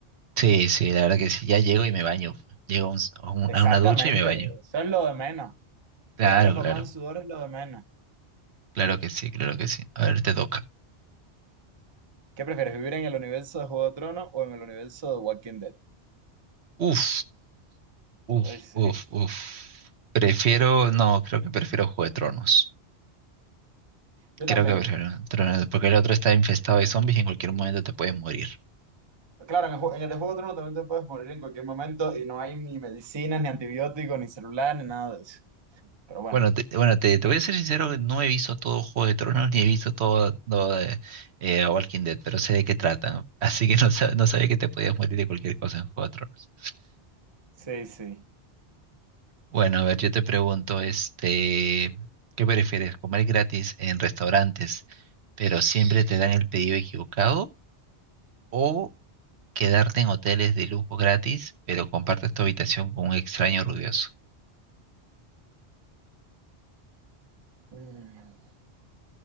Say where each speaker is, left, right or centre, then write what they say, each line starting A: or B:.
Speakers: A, on the right; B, on the right.
A: Sí, sí, la verdad que sí. Ya llego y me baño. Llego a, un- a un-
B: Exactamente,
A: a una ducha y me baño.
B: eso es lo de menos.
A: Claro,
B: Llegar empapado
A: claro.
B: en sudor es lo de menos.
A: Claro que sí, claro que sí. A ver, te toca.
B: ¿Qué prefieres, vivir en el universo de Juego de Tronos o en el universo de Walking Dead?
A: Uf, uf,
B: Ay, sí.
A: uf, uf. Prefiero, no, creo que prefiero Juego de Tronos.
B: Yo
A: Creo
B: también.
A: que prefiero Tronos, porque el otro está infestado de zombies y en cualquier momento te puedes morir.
B: Claro, en el, ju- en el de Juego de Tronos también te puedes morir en cualquier momento y no hay ni medicinas, ni antibióticos, ni celular, ni nada de eso. Pero bueno,
A: Bueno, te, bueno, te, te voy a ser sincero, no he visto todo Juego de Tronos ni he visto todo, todo de, eh, Walking Dead, pero sé de qué tratan. <laughs> Así que no, sab- no sabía que te podías morir de cualquier cosa en Juego de Tronos.
B: sí, sí.
A: Bueno, a ver, yo te pregunto, este, ¿qué prefieres? ¿Comer gratis en restaurantes, pero siempre te dan el pedido equivocado? ¿O quedarte en hoteles de lujo gratis, pero compartes tu habitación con un extraño ruidoso?
B: Mm.